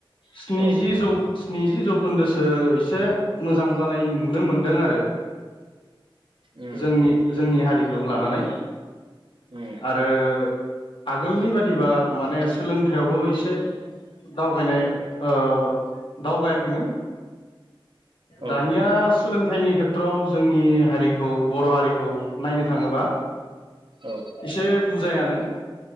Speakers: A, on the left (about 65°); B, on the right (about 60°).
A: स्निजि
B: औ
A: <unintelligible> स्निजि जौखोन्दोसो एसे मोजां जानाय नुनो मोनदों आरो।
B: उम
A: जोंनि- जोंनि हारिखौ लानानै।
B: उम
A: आरो आगोलनि बादिबा माने सोलोंथाइयावबो एसे दावगानाय ओ दावगायाखैमोन
B: औ
A: दानिया सोलोंथाइनि <unintelligible> <unintelligible> जोंनि हारिखौ बर' हारिखौ नायनो थाङोबा
B: औ
A: एसे बुजायानो।